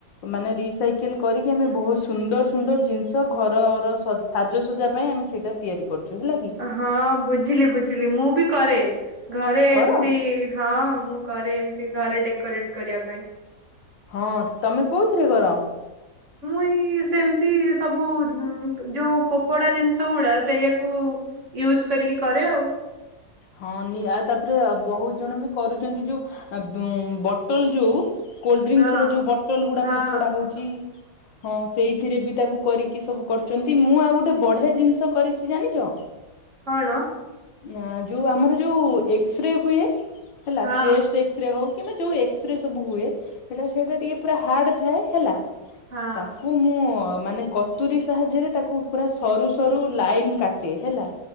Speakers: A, on the left (about 80°); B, on the right (about 40°).
A: ମାନେ ରିସାଇ କିଲ୍ କରିକି ଆମେ ବହୁତ ସୁନ୍ଦର ସୁନ୍ଦର ଜିନିଷ ଘରର ସଜ୍ ସାଜସଜା ପାଇଁ ଆମେ ସେଇଟା ତିଆରି କରୁଛୁ ହେଲା କି?
B: ହଁ ବୁଝିଲି ବୁଝିଲି, ମୁଁ ବି କରେ ଘରେ
A: କର
B: ଏମତି ହଁ ମୁଁ କରେ ଏମିତି ଘରେ ଡେକୋରେଟ୍ କରିବା ପାଇଁ।
A: ହଁ ତମେ କୋଉଥିରେ କର?
B: ହେଇ ସେମିତି ସବୁ ଯୋଉ ଫୋପଡ଼ା ଜିନିଷ ଗୁଡ଼ା ସେଇଆକୁ ୟୁଜ୍ କରିକି କରେ ଆଉ।
A: ହଁଉନି ଆଉ ତାପରେ ବହୁତ ଜଣ ବି କରୁଛନ୍ତି ଯୋଉ <unintelligible> ବଟଲ୍ ଯୋଉ କୋଲ୍ଡଡ୍ରିଙ୍କ୍ସର
B: ହଁ
A: ଯୋଉ ବଟଲ୍ ଗୁଡ଼ା
B: ହଁ
A: ଫୋପଡା ହଉଛି। ହଁ ସେଇଥିରେ ବି ତାକୁ କରିକି ସବୁ କରୁଛନ୍ତି, ମୁଁ ଆଉ ଗୋଟେ ବଢିଆ ଜିନିଷ କରି ଚି ଜାଣିଛ,
B: କଣ
A: ନାଁ ଯୋଉ ଆମର ଯୋଉ ଏକ୍ସ୍ରେ ହୁଏ ହେଲା
B: ହଁ
A: ଚେଷ୍ଟ ଚେ ଏକ୍ସ୍ରେ ହଉ କିମ୍ବା ଯୋଉ ଏକ୍ସ୍ରେ ସବୁ ହୁଏ ହେଟା ସେଇଟା ଟିକେ ପୁରା ହାର୍ଡ ଥାଏ ହେଲା,
B: ହଁ
A: ତା କୁ ମୁଁ ମାନେ କତୁରୀ ସାହାଯ୍ୟରେ ତାକୁ ପୁରା ସରୁ ସରୁ ଲାଇନ୍ କାଟେ ହେଲା।